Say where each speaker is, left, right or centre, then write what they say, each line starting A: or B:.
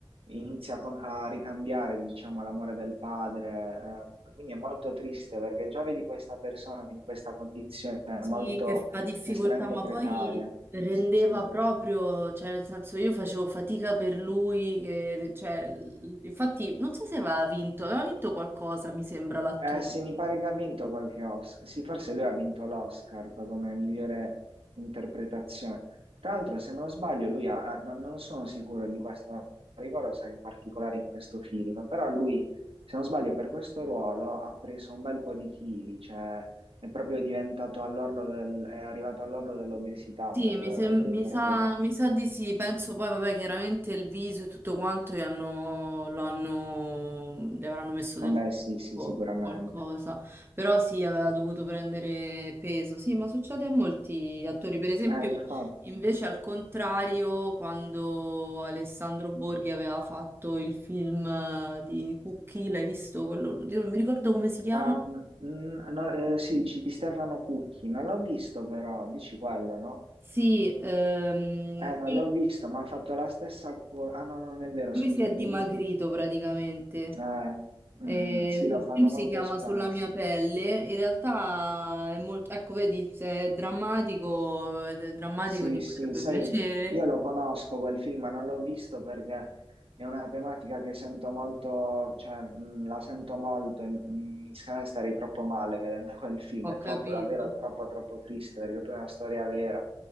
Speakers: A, on the right; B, on the right.
A: inizia con- a ricambiare, diciamo, l'amore del padre. eh, quindi è molto triste perché già vedi questa persona che in questa condizione è
B: Sì,
A: molto
B: che fa difficoltà,
A: estremamente
B: ma
A: precaria.
B: poi rendeva
A: Sì.
B: proprio, cioè nel senso io facevo fatica per lui, che, cioè, l- infatti non so se aveva vinto, aveva vinto qualcosa, mi sembra, l'attore.
A: Eh sì, mi pare che ha vinto qualche Oscar. Sì, forse lui ha vinto l'Oscar per- come migliore interpretazione. Tra l'altro, se non sbaglio, lui ha, ha- non, non sono sicuro di questo, non ricordo se in particolare in questo film, però lui, se non sbaglio, per questo ruolo ha preso un bel po' di chili, cioè è proprio diventato all'orlo del, è arrivato all'orlo dell'obesità
B: Sì,
A: per,
B: mi, sem-
A: per interpretare.
B: mi sa, mi sa di sì, penso poi, vabbè, chiaramente il viso e tutto quanto gli hanno, lo hanno, gli avranno messo
A: Vabbè,
B: del tubo
A: sì, sì, sicuramente.
B: o qualcosa, però sì, aveva dovuto prendere peso, sì, ma succede a molti attori, per esempio,
A: Eh, infatti.
B: invece al contrario, quando Alessandro Borghi aveva fatto il film eh, di Cucchi, l'hai visto quello, Oddio, non mi ricordo come si chiama?
A: Ah, mm, no, eh, sì, dici di Stefano Cucchi, non l'ho visto però, dici quello, no?
B: Sì, ehm,
A: Eh, non l'ho visto, ma ha fatto la stessa cosa. Ah, no, non è vero,
B: Lui
A: scusa,
B: si è
A: dimmi.
B: dimagrito praticamente.
A: Eh, mm,
B: Eh,
A: mm, sì, lo fanno
B: il film si
A: molto
B: chiama
A: spesso.
B: Sulla mia pelle. In realtà è molto, ecco, vedi, se è drammatico, ed è drammatico
A: Sì,
B: ti
A: sì,
B: potrebbe
A: sai,
B: <laughs> piacere.
A: io lo conosco quel film, ma non l'ho visto perché è una tematica che sento molto, cioè, mm, la sento molto e mm, mi sembra stare troppo male vedendo quel film,
B: Ho
A: è troppo,
B: capito.
A: davvero troppo, troppo triste perché poi è una storia vera.